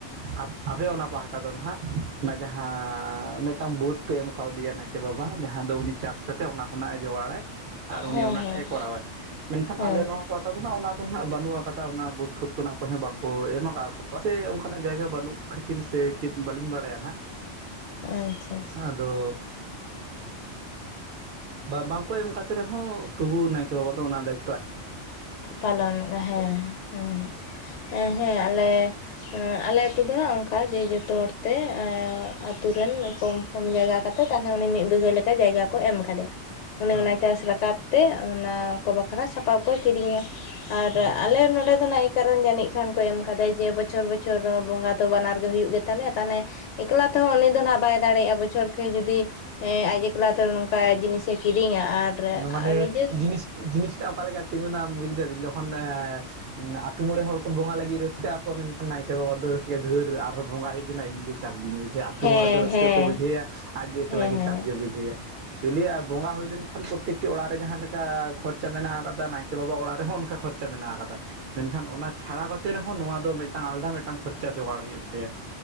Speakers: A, on the right (about 65°); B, on the left (about 80°).
A: ᱟᱯ ᱟᱯᱮ ᱚᱱᱟ ᱯᱟᱦᱟᱴᱟ ᱫᱚᱱ ᱱᱟᱦᱟᱜ ᱚᱱᱟ ᱡᱟᱦᱟᱸ ᱢᱤᱫᱴᱟᱝ ᱵᱟᱹᱛ ᱯᱮ ᱮᱢ ᱠᱟᱣᱫᱮᱭᱟ ᱱᱟᱭᱠᱮ ᱵᱟᱵᱟ ᱡᱟᱦᱟᱸ ᱫᱚ ᱩᱱᱤ ᱪᱟᱥ ᱠᱟᱛᱮᱜ ᱚᱱᱟ ᱠᱷᱚᱱᱟᱜ ᱮ ᱡᱚᱜᱟᱲᱟᱭ, ᱟᱨ ᱩᱱᱤ
B: ᱦᱮᱸ ᱦᱮᱸ
A: ᱚᱱᱟ
B: ᱦᱮᱸ ᱦᱮᱸ
A: ᱴᱟᱜᱼᱮ ᱠᱚᱨᱟᱣᱟᱭ᱾ ᱢᱮᱱᱠᱷᱟᱱ
B: ᱦᱮᱸ
A: ᱟᱞᱮ ᱱᱚᱣᱟ ᱯᱟᱦᱟᱴᱟ ᱫᱚ ᱱᱟᱦᱟᱜ ᱚᱱᱟ ᱫᱚ ᱱᱟᱦᱟᱜ ᱵᱟᱹᱱᱩᱜ ᱟᱠᱟᱫᱟ, ᱚᱱᱟ ᱵᱟᱹᱫᱽ ᱯᱷᱟᱹᱛ <unintelligible> ᱚᱠᱚᱭ ᱦᱚᱸ ᱵᱟᱝᱠᱚ ᱮᱢ ᱟᱠᱟᱜ ᱠᱚᱣᱟ ᱥᱮ ᱚᱝᱠᱟᱱᱟᱜ ᱡᱟᱭᱜᱟ ᱵᱟᱹᱱᱩᱜ ᱠᱷᱟᱹᱛᱤᱨ ᱥᱮ ᱪᱮᱫ ᱵᱟᱹᱞᱤᱧ ᱵᱟᱲᱟᱭᱟ ᱱᱟᱦᱟᱜ᱾
B: ᱟᱪᱪᱷᱟ᱾ ᱟᱪᱪᱷᱟ
A: ᱟᱫᱚ ᱵᱟ ᱵᱟᱝᱠᱚ ᱮᱢ ᱠᱟᱛᱮ ᱨᱮᱦᱚᱸ ᱛᱚᱵᱩ ᱱᱟᱭᱠᱮ ᱵᱟᱵᱟ ᱫᱚ ᱚᱱᱟ ᱫᱟᱭ
B: ᱯᱟᱞᱚᱱ ᱦᱮᱸ ᱦᱮᱸ᱾ ᱦᱮᱸ ᱦᱮᱸ ᱟᱞᱮ, ᱮᱸ ᱟᱞᱮ ᱟᱹᱛᱩ ᱫᱚ ᱚᱝᱠᱟ ᱡᱮ ᱡᱚᱛᱚ ᱦᱚᱲ ᱛᱮ ᱮᱸ ᱟᱛᱩ ᱨᱮᱱ ᱠᱚᱢ ᱯᱷᱚᱢ ᱡᱟᱭᱜᱟ ᱠᱟᱛᱮ ᱛᱟᱦᱚᱱᱮ ᱩᱱᱤ ᱢᱤᱫ ᱵᱤᱜᱷᱟᱹ ᱞᱮᱠᱟ ᱡᱟᱭᱜᱟ ᱠᱚ ᱮᱢ ᱠᱟᱫᱮᱭᱟ᱾ ᱚᱱᱮ
A: ᱚ
B: ᱚᱱᱟᱭ ᱪᱟᱥ ᱨᱟᱠᱟᱵ ᱛᱮ ᱚᱱᱟ ᱠᱚ ᱵᱟᱠᱷᱨᱟ ᱥᱟᱯᱟᱵ ᱠᱚᱭ ᱠᱤᱨᱤᱧᱟ᱾ ᱟᱨ
A: ᱦᱮᱸ
B: ᱟᱞᱮ ᱱᱚᱰᱮ ᱫᱚ ᱱᱟᱭ ᱠᱟᱨᱮᱱ ᱡᱟᱹᱱᱤᱡ ᱠᱷᱟᱱ ᱠᱚ ᱮᱢ ᱠᱟᱫᱮᱭᱟ ᱡᱮ ᱵᱚᱪᱷᱚᱨ ᱵᱚᱪᱷᱚᱨ ᱵᱚᱸᱜᱟ ᱫᱚ ᱵᱟᱱᱟᱨ ᱜᱮ ᱦᱩᱭᱩᱜ ᱜᱮ ᱛᱟᱞᱮ ᱛᱟᱦᱮᱱᱮ ᱮᱠᱞᱟ ᱛᱮᱦᱚᱸ ᱩᱱᱤ ᱫᱚ ᱱᱟᱦᱟᱜ ᱵᱟᱭ ᱫᱟᱲᱮᱭᱟᱜᱼᱟ ᱵᱚᱪᱷᱚᱨ <unintelligible> ᱡᱩᱫᱤ ᱮᱸᱻ ᱟᱡ ᱮᱠᱞᱟ ᱛᱮ ᱱᱚᱝᱠᱟ ᱡᱤᱱᱤᱥᱮ ᱠᱤᱨᱤᱧᱟ ᱟᱨ
A: ᱚᱱᱟ ᱢᱟᱱᱮ
B: ᱱᱤᱡᱮ
A: ᱡᱤᱱᱤᱥ ᱡᱤᱱᱤᱥᱴᱟᱜ ᱚᱠᱟ ᱞᱮᱠᱟ ᱛᱤᱸᱜᱩᱱᱟ ᱵᱩᱡᱷ ᱫᱟᱵᱤᱱ ᱡᱚᱠᱷᱚᱱ ᱮᱸ, ᱟᱛᱩ ᱢᱚᱬᱮ ᱦᱚᱲ ᱠᱚ ᱵᱚᱸᱜᱟ ᱞᱟᱹᱜᱤᱫ ᱨᱟᱹᱥᱠᱟᱹᱜ ᱟ ᱠᱚ ᱢᱮᱱᱠᱷᱟᱱ ᱱᱟᱭᱠᱮ ᱵᱟᱵᱟ ᱫᱷᱟᱹᱨ ᱜᱮ ᱫᱷᱟᱹᱨ ᱟᱨᱦᱚᱸ ᱵᱚᱸᱜᱟ ᱦᱮᱡ ᱮᱱᱟᱭ ᱤᱧ ᱜᱮ ᱪᱟᱯ ᱜᱤᱧ ᱵᱩᱡᱟ, ᱟᱛᱩ
B: ᱦᱮᱸ
A: ᱢᱚᱬᱮ ᱫᱚ ᱨᱟᱹᱥᱠᱟᱹ
B: ᱦᱮᱸ
A: ᱠᱚ ᱵᱩᱡᱷᱟᱹᱭᱟ ᱟᱡ ᱫᱚ ᱮᱠᱞᱟ
B: ᱦᱮᱸ
A: ᱜᱮ
B: ᱦᱮᱸ
A: ᱪᱟᱯ ᱜᱮ ᱵᱩᱡᱷᱟᱹᱭᱟ, ᱮᱠᱪᱩᱞᱤ ᱟᱨ ᱵᱚᱸᱜᱟ ᱦᱩᱭ ᱞᱮᱱᱠᱷᱟᱱ ᱠᱚ ᱯᱚᱛᱛᱮᱠᱴᱤ ᱚᱲᱟᱜ ᱨᱮ ᱡᱟᱦᱟᱸ ᱞᱮᱠᱟ ᱠᱷᱚᱨᱪᱟ ᱢᱮᱱᱟᱜ ᱟᱠᱟᱫᱟ ᱱᱟᱭᱠᱮ ᱵᱟᱵᱟ ᱚᱲᱟᱜ ᱨᱮᱦᱚᱸ ᱚᱱᱠᱟ ᱠᱷᱚᱨ ᱪᱮ ᱢᱮᱱᱟᱜ ᱟᱠᱟᱫᱟ ᱢᱮᱱᱠᱷᱟᱱ ᱚᱱᱟ ᱪᱷᱟᱲᱟ ᱠᱟᱛᱮ ᱨᱮᱦᱚᱸ ᱱᱚᱣᱟ ᱫᱚ ᱢᱤᱫᱴᱟᱝ ᱟᱞᱫᱟ ᱢᱤᱫᱴᱟᱝ ᱠᱷᱚᱨᱪᱟ ᱡᱚᱜᱟᱲ ᱦᱩᱭᱩᱜ ᱛᱟᱭᱟ᱾